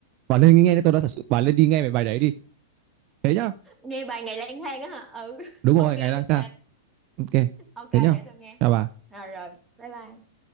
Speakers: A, on the right; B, in the centre.
A: bà lên nghe đi, tôi đã thật sự bà lên đi nghe về bài đấy đi thế nhá
B: nghe bài ngày lang thang á hả ừ
A: đúng
B: ok
A: rồi ngày lang
B: ok
A: thang ok
B: ok
A: thế nhá
B: để tôi nghe
A: chào bà
B: rồi rồi bye bye